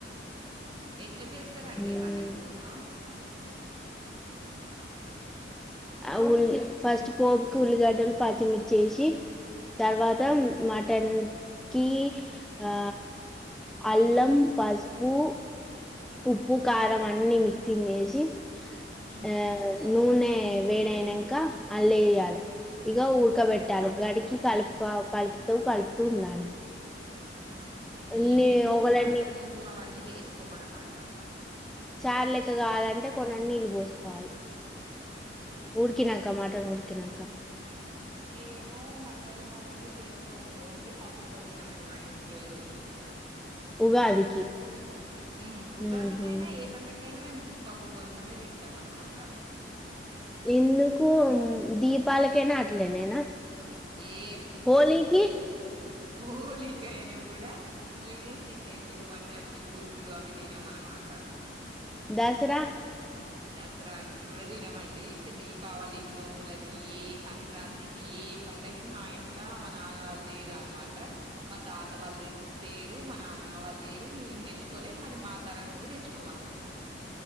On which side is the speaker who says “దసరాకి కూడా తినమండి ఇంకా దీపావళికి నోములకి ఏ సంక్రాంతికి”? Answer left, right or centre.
Right